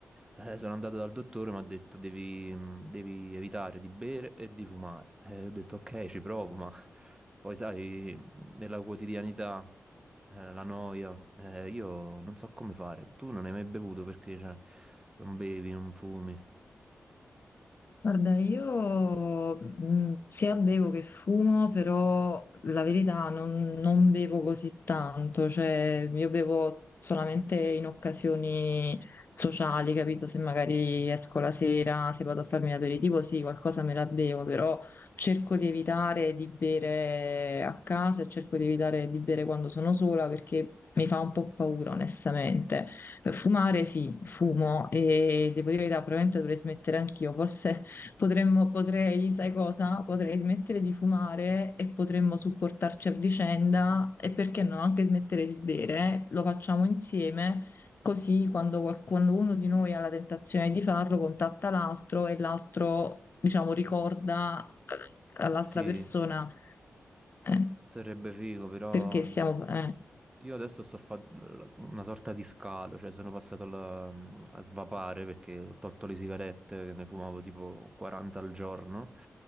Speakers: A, on the right; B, on the left.
A: eh, sono andato dal dottore, mi ha detto devi, mh, devi evitare di bere e di fumare. E ho detto ok, ci provo, ma poi sai, nella quotidianità, eh, la noia, eh, io non so come fare. Tu non hai mai bevuto perché cioè, non bevi, non fumi.
B: Guarda, io mh, sia bevo che fumo, però la verità non, non bevo così tanto, cioè io bevo solamente in occasioni sociali, capito? Se magari esco la sera, se vado a farmi l'aperitivo, sì, qualcosa me la bevo, però cerco di evitare di bere a casa e cerco di evitare di bere quando sono sola perché mi fa un po' paura, onestamente. Fumare sì, fumo e devo dire la verità, probabilmente dovrei smettere anch'io, forse Potremmo, potrei, sai cosa? Potrei smettere di fumare e potremmo supportarci a vicenda e perché no, anche smettere di bere. Lo facciamo insieme, così quando, qual- quando uno di noi ha la tentazione di farlo, contatta l'altro e l'altro, diciamo, ricorda eh, all'altra
A: Sì,
B: persona eh,
A: sarebbe figo, però
B: perché stiamo... eh.
A: Io adesso sto facendo una sorta di scalo, cioè sono passato alla- a svapare perché ho tolto le sigarette, che ne fumavo tipo 40 al giorno,